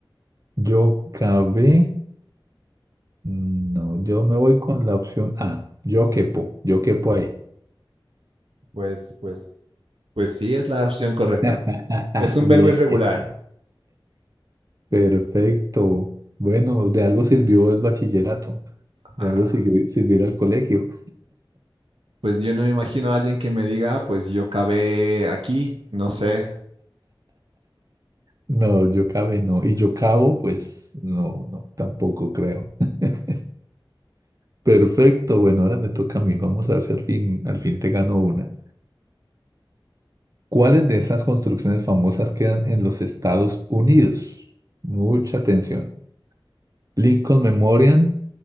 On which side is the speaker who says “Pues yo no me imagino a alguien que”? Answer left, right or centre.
Right